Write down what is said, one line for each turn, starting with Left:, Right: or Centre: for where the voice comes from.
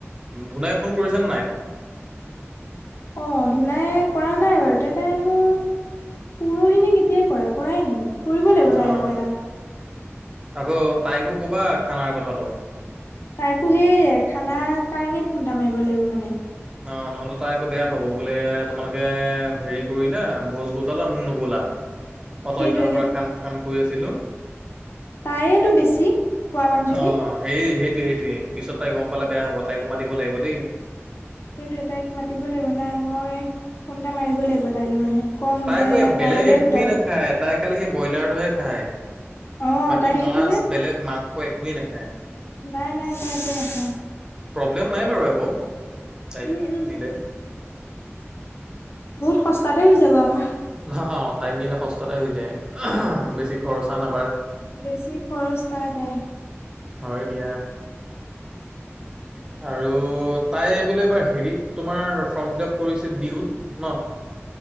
Right: ধুনাই ফোন কৰিছেনে নাই
Left: অ ধূলাই কৰা নাই বাৰু তে তাই মোক পৰহিনেে কেতিয়াই কৰা কৰাই নাই কৰিবব
Right: অ',
Left: লাগিব তাইলৈোক এটা
Right: আকৌ তাইকো ক'বা খানাৰ কথাটো
Left: তাইকো সেইৰে খানা কাৰণেই ফুোনটা মাৰিব লাগিব মানে
Right: অঁ নহ'লে তাই আকৌ বেয়া পাব বোলে তোমালোকে হেৰি কৰিলো ভোজ গোটালা মোক নকলা অত
Left: সেইটোৱে
Right: দিনৰ পৰা খাম খাম কৈ আছিলো
Left: তাইতটো বেছি খোৱা মানুহজনী
Right: অ সেই সেইটোে সেইটোে পিছত তাই গম পালে বেয়া হ'ব তাইকো মাতিব লাগিব দেই
Left: সেইটো তাইক মাতিব লাগিব নাই মই ফোনটা মাৰিব লাগিব তাইলৈ মানে কম
Right: তাই
Left: যে
Right: আকৌ বেলেগ
Left: কাইলৈে
Right: একোৱেই
Left: গোটালো
Right: নাখায় তাই খালি সেই ব্ৰইলাৰটোহে খায়
Left: অ
Right: বাকী
Left: তাই সেইটোহে
Right: মাছ বেলেগ মাংস একোৱেই নাখায়
Left: নাই নাই তই একেই নখা
Right: প্ৰব্লেম নাই বাৰু একো তাইক
Left: উম উম
Right: নিলে
Left: বহুত সস্তাতে হৈ যাব আমাৰ
Right: নহা তাইক নে স্ততে হৈ যায় বেছি খৰচা না
Left: বেছি খৰচ নাই তাই
Right: হয় দিয়া আৰু তাই বোলে এইবাৰ হেৰিত তোমাৰ ফৰ্ম ফিল আপ কৰিছে ডিউত ন